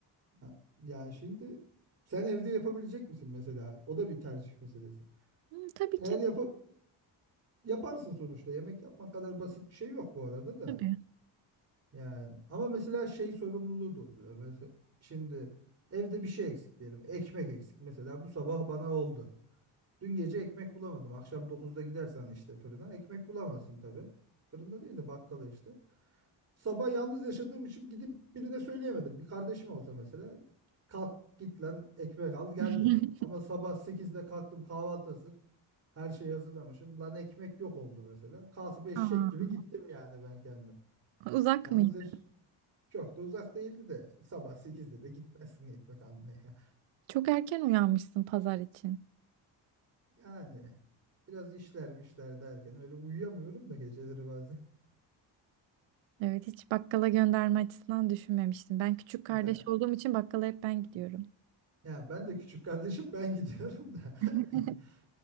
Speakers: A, on the right (about 35°); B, on the right (about 90°).
A: Ha, Yani şimdi sen evde yapabilecek misin mesela? O da bir tercih meselesi.
B: Hı, tabii
A: Eğer
B: ki.
A: yapıp yaparsın sonuçta. Yemek yapmak kadar basit bir şey yok bu arada da.
B: Tabii.
A: Yani ama mesela şey sorumluluğu da oluyor. Mesela şimdi evde bir şey eksik diyelim. Ekmek eksik. Mesela bu sabah bana oldu. Dün gece ekmek bulamadım. Akşam dokuzda gidersen işte fırına ekmek bulamazsın tabii. Fırında değil de bakkala işte. Sabah yalnız yaşadığım için gidip birine söyleyemedim. Bir kardeşim olsa mesela kalk git lan ekmek al gel
B: <laughs>
A: derim. Ama sabah sekizde kalktım kahvaltı hazır. Her şeyi hazırlamışım. Lan ekmek yok oldu mesela. Kalkıp eşek
B: Aa,
A: gibi gittim yani ben kendim.
B: uzak
A: Yalnız
B: mıydı?
A: yaş çok da uzak değildi de sabah sekizde de gitmezsin ekmek almaya.
B: Çok erken uyanmışsın pazar için.
A: Yani biraz işlermişler derken öyle uyuyamıyorum da geceleri bazen.
B: Evet hiç bakkala gönderme açısından düşünmemiştim. Ben küçük kardeş
A: Ya,
B: olduğum için bakkala hep ben gidiyorum.
A: ya ben de küçük kardeşim ben gidiyorum da.
B: <laughs>
A: <laughs>